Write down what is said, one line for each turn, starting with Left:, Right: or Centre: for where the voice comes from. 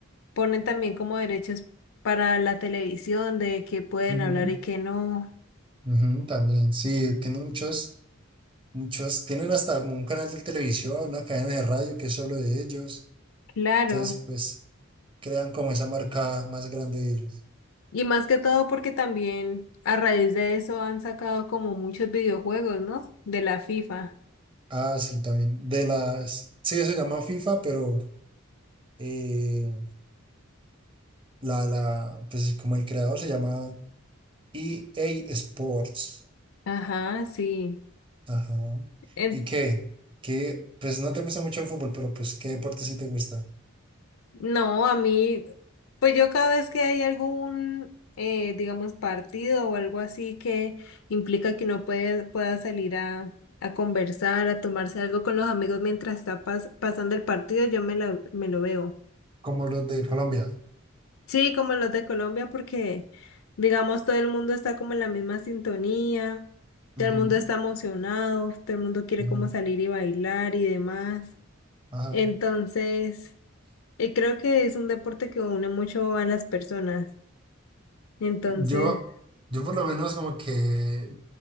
Left: ponen también como derechos para la televisión de qué pueden
Right: Ujú,
Left: hablar y qué no.
Right: ujú, también, sí, tienen muchos, muchos, tienen hasta como un canal de televisión, una cadena de radio que es solo de ellos.
Left: Claro.
Right: Entonces, pues crean como esa marca más grande de ellos.
Left: Y más que todo porque también a raíz de eso han sacado como muchos videojuegos, ¿no? De la FIFA.
Right: Ah, sí, también. De las. Sí, se llama FIFA, pero eh, la, la, pues como el creador se llama E A Sports.
Left: Ajá, sí.
Right: Ajá.
Left: En-
Right: ¿Y qué? ¿Qué? Pues no te gusta mucho el fútbol, pero pues ¿qué deporte sí te gusta?
Left: No, a mí, pues yo cada vez que hay algún, eh, digamos, partido o algo así que implica que uno puede, pueda salir a, a conversar, a tomarse algo con los amigos mientras está pas- pasando el partido, yo me lo, me lo veo.
Right: Como los de Colombia.
Left: Sí, como los de Colombia, porque, digamos, todo el mundo está como en la misma sintonía, todo
Right: Ujú,
Left: el mundo está emocionado, todo el mundo quiere
Right: ujú,
Left: como salir y bailar y demás.
Right: Ajá.
Left: Entonces... Y creo que es un deporte que une mucho a las personas. Entonces,
Right: Yo, yo por lo menos como que